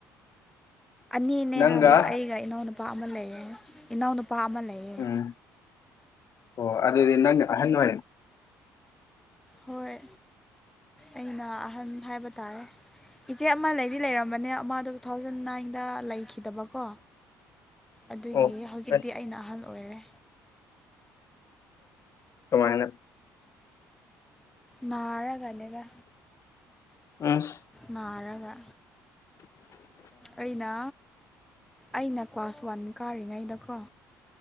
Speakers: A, in the centre; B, on the left (about 45°).
A: ꯑꯅꯤꯅꯦ
B: ꯅꯪꯒ
A: ꯍꯥꯏꯕ ꯑꯩꯒ ꯏꯅꯥꯎꯅꯨꯄꯥ ꯑꯃ ꯂꯩꯌꯦ ꯏꯅꯥꯎꯅꯨꯄꯥ ꯑꯃ ꯂꯩꯌꯦ
B: ꯎꯝ ꯑꯣ ꯑꯗꯨꯗꯤ ꯅꯪ ꯑꯍꯟ ꯑꫭꯏꯔꯦ
A: ꯍꯣꯏ ꯑꯩꯅ ꯑꯍꯟ ꯍꯥꯏꯕ ꯇꯥꯔꯦ ꯏꯆꯦ ꯑꯃ ꯂꯩꯗꯤ ꯂꯩꯔꯝꯕꯅꯦ ꯃꯥꯗꯣ ꯇꯨ ꯊꯥꯎꯖꯟ ꯅꯥꯏꯟꯗ ꯂꯩꯈꯤꯗꯕꯀꯣ
B: <inaudible>
A: ꯑꯗꯨꯒꯤ ꯍꯧꯖꯤꯛꯇꯤ
B: ꯑꯁ
A: ꯑꯩꯅ ꯑꯍꯜ ꯑꯣꯏꯔꯦ
B: ꯀꯃꯥꯏꯅ
A: ꯅꯥꯔꯒꯅꯦꯗ
B: ꯑꯁ
A: ꯅꯥꯔꯒ ꯑꯩꯅ ꯑꯩꯅ ꯀ꯭ꯂꯥꯁ ꯋꯥꯟ ꯀꯥꯔꯤꯉꯩꯗꯀꯣ